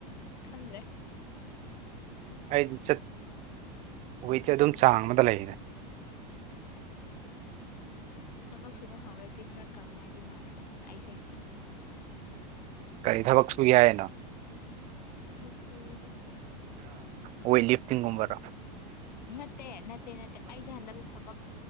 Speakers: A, on the left; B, on the right.
A: ꯈꯪꯗ꯭ꯔꯦ
B: ꯑꯩꯗꯤ ꯆ ꯋꯤꯠꯁꯦ ꯑꯗꯨꯝ ꯆꯥꯡ ꯑꯃꯗ ꯂꯩꯔꯦ
A: ꯊꯕꯛ ꯁꯨꯕ ꯍꯧꯔꯗꯤ ꯈꯔ ꯀꯪꯅꯤꯉꯥꯏꯗꯤ ꯃꯥꯜꯂꯦꯗ ꯑꯩꯁꯦ
B: ꯀꯔꯤ ꯊꯕꯛꯁꯨ ꯌꯥꯏꯅ
A: ꯆꯕꯜꯁꯨꯣꯕ ꯍꯧꯔꯒꯦ
B: ꯑꯣꯏ ꯂꯤꯐꯇꯤꯤꯡꯒꯨꯝꯕ꯭ꯔꯣ
A: ꯅꯠꯇꯦ ꯅꯠꯇꯦ ꯅꯠꯇꯦ ꯑꯩꯁꯦ ꯍꯟꯗꯛꯇꯤ ꯊꯕꯛ